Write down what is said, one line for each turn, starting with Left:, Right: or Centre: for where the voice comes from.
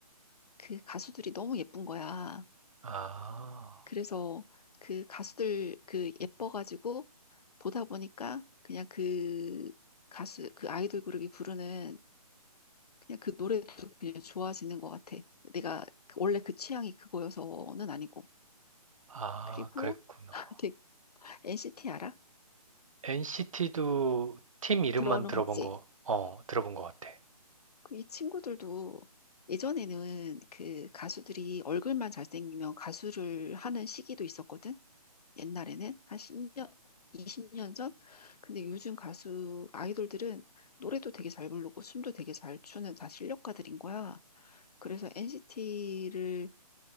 Left: 그 가수들이 너무 예쁜 거야.
Right: 아,
Left: 그래서 그 가수들 그 예뻐가지고 보다 보니까 그냥 그 가수, 그 아이돌 그룹이 부르는 그냥 그 노래도 그냥 좋아지는 것 같아. 내가 그- 원래 그 취향이 그거여서는 아니고.
Right: 아,
Left: 그리고
Right: 그랬구나.
Left: <laughs> 되게 NCT 알아?
Right: NCT도 팀 이름만
Left: 들어는
Right: 들어본
Left: 봤지?
Right: 거, 어, 들어본 것 같아.
Left: 그 이 친구들도 예전에는 그 가수들이 얼굴만 잘생기면 가수를 하는 시기도 있었거든. 옛날에는 한 10년, 20년 전. 근데 요즘 가수 아이돌들은 노래도 되게 잘 부르고 춤도 되게 잘 추는 다 실력가들인 거야. 그래서 NCT를